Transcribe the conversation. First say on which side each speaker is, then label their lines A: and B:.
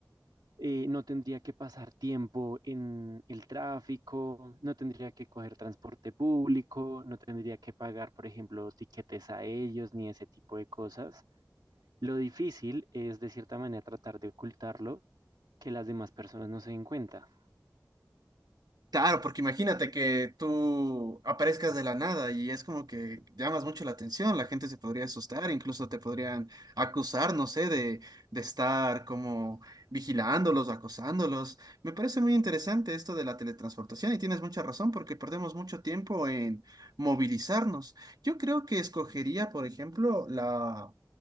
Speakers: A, on the right; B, on the right.
A: eh, no tendría que pasar tiempo en el tráfico, no tendría que coger transporte público, no tendría que pagar, por ejemplo, tiquetes a ellos ni ese tipo de cosas. Lo difícil es de cierta manera tratar de ocultarlo, que las demás personas no se den cuenta.
B: Claro, porque imagínate que tú aparezcas de la nada y es como que llamas mucho la atención, la gente se podría asustar, incluso te podrían acusar, no sé, de, de estar como vigilándolos, acosándolos. Me parece muy interesante esto de la teletransportación y tienes mucha razón porque perdemos mucho tiempo en movilizarnos. Yo creo que escogería, por ejemplo, la